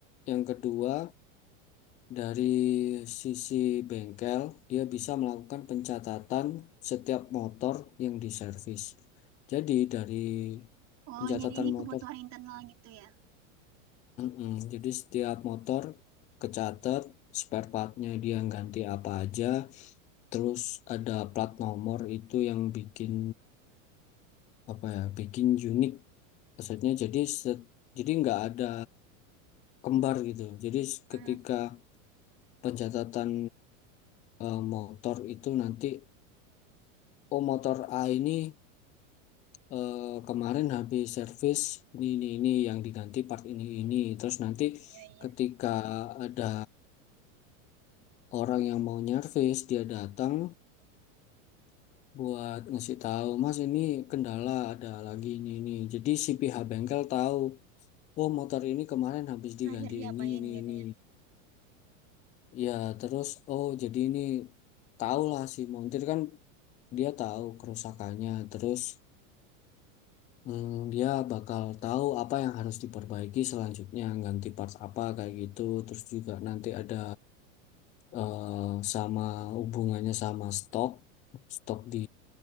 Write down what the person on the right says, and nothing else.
Oh,
jadi ini kebutuhan
internal gitu ya?
Hmm,
iya iya.
Terakhir
diapain
gitu
ya?